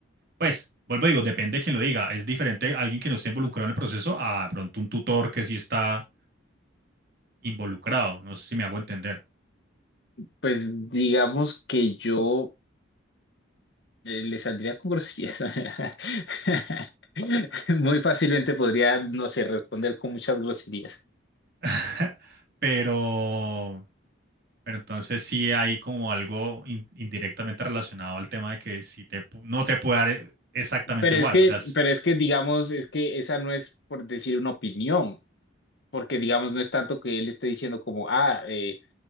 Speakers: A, on the right; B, on the left.
A: Pues, vuelvo y digo, depende de quien lo diga. Es diferente alguien que no esté involucrado en el proceso a de pronto un tutor que sí está involucrado. No sé si me hago entender.
B: Pues digamos que yo eh, le saldría con groserías. <laughs> Muy fácilmente podría, no sé, responder con muchas groserías.
A: <laughs> Pero, pero entonces sí hay como algo in- indirectamente relacionado al tema de que si te, pu- no te puede dar e- exactamente
B: Pero
A: igual.
B: es que,
A: O sea, es-
B: pero es que digamos, es que esa no es por decir una opinión. porque digamos no es tanto que él esté diciendo como, ah, eh,